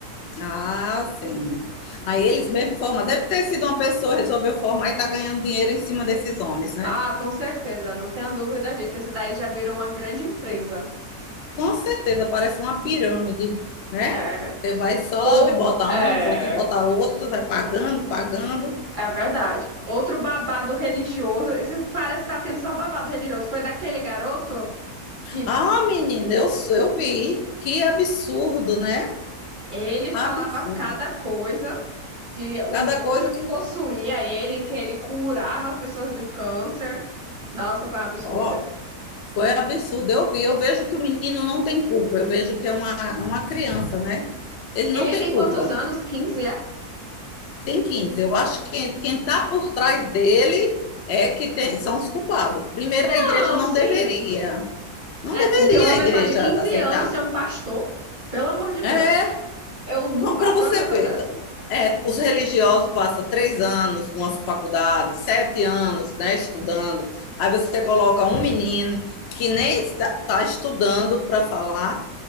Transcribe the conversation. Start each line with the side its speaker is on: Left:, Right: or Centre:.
Left: Ah, sim. Aí eles mesmo formam. Deve ter sido uma pessoa que resolveu formar e está ganhando dinheiro em cima desses homens, né?
Right: Ah, com certeza, não tenha dúvida disso. Esse daí já virou uma grande empresa.
Left: Com certeza, parece uma pirâmide, né?
Right: É,
Left: Você vai, sobe,
Right: ou,
Left: bota
Right: é,
Left: uns, outros bota outros, vai pagando, pagando.
Right: é verdade. Outro babado religioso. Esse parece que tá tendo só babado religioso. Foi daquele garoto que
Left: Ah, menina, eu, sou- eu vi. Que absurdo, né?
Right: ele falava
Left: Absurdo.
Right: cada coisa, que o
Left: Cada coisa
Right: anjo
Left: que.
Right: possuía ele, que ele curava pessoas do câncer. Nossa, foi um absurdo.
Left: Ó, foi absurdo. Eu vi. Eu vejo que o menino não tem culpa. Eu vejo que é uma, uma criança, né? Ele
Right: Ele
Left: não tem
Right: tem
Left: culpa.
Right: quantos anos? 15? É?
Left: tem 15. Eu acho que quem está por trás dele é que tem, são os culpados. Primeiro,
Right: Não,
Left: a igreja não
Right: sim.
Left: deveria, não
Right: É,
Left: deveria
Right: porque uma
Left: a
Right: pessoa
Left: igreja
Right: de 15
Left: aceitar.
Right: anos ser um pastor, pelo amor de Deus.
Left: É,
Right: Eu nunca
Left: para você
Right: vi uma coisa
Left: ver,
Right: dessa.
Left: é, os religiosos passam três anos numa faculdade, sete anos, né, estudando. Aí você coloca um menino que nem está, está estudando para falar,